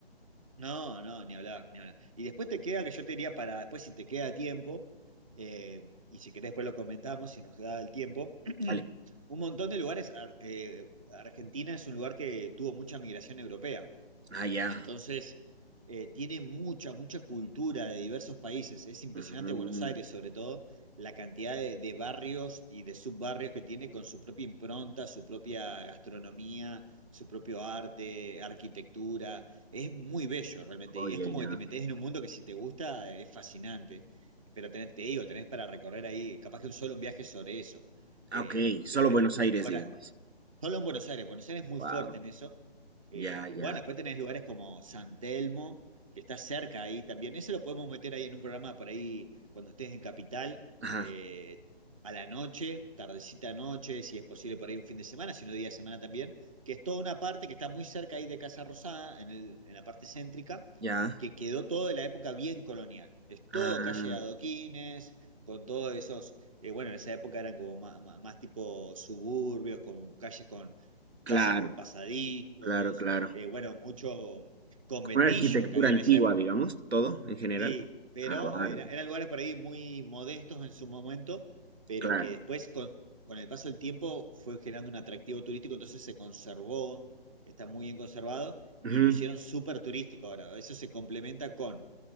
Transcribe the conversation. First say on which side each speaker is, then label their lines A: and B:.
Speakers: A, on the right (about 30°); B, on the right (about 80°).
A: No, no, ni hablar, ni hablar. Y después te queda que yo te diría para, después si te queda tiempo, eh, y si querés después lo comentamos, si nos da el tiempo,
B: Vale.
A: <clears throat> un montón de lugares, ar- eh, Argentina es un lugar que tuvo mucha migración europea.
B: Ah, ya.
A: Entonces, eh, tiene mucha, mucha cultura de diversos países. Es impresionante
B: Mm,
A: Buenos Aires, sobre todo, la cantidad de, de barrios y de subbarrios que tiene con su propia impronta, su propia gastronomía, su propio arte, arquitectura. Es muy bello realmente.
B: oye,
A: Y es como
B: ya.
A: que te metes en un mundo que si te gusta eh, es fascinante. Pero tenés, te digo, tenés para recorrer ahí, capaz que un solo un viaje sobre eso.
B: Ah,
A: Eh,
B: Ok, solo
A: desde
B: Buenos
A: ho-
B: Aires,
A: horas.
B: digamos.
A: Solo en Buenos Aires, Buenos Aires es muy
B: Wow,
A: fuerte en eso. Eh,
B: ya, ya.
A: bueno, después tenés lugares como San Telmo, que está cerca ahí también. Eso lo podemos meter ahí en un programa por ahí cuando estés en Capital,
B: Ajá,
A: eh, a la noche, tardecita noche, si es posible por ahí un fin de semana, si no día de semana también, que es toda una parte que está muy cerca ahí de Casa Rosada, en el- en la parte céntrica,
B: ya.
A: que quedó todo de la época bien colonial. Es todo
B: Ah,
A: calle de adoquines, con todos esos eh, bueno, en esa época eran como más, más- más tipo suburbios, con calles con
B: claro,
A: casas con pasadizos,
B: claro, claro.
A: eh, bueno, mucho conventillo
B: Como una arquitectura
A: que había
B: antigua,
A: en esa época.
B: digamos, todo en general.
A: Sí, pero
B: Ah, bárbaro,
A: era- eran lugares por ahí muy modestos en su momento, pero
B: claro.
A: que después con, con el paso del tiempo fue generando un atractivo turístico, entonces se conservó, está muy bien conservado
B: Ujú,
A: y lo hicieron súper turístico ahora. Eso se complementa con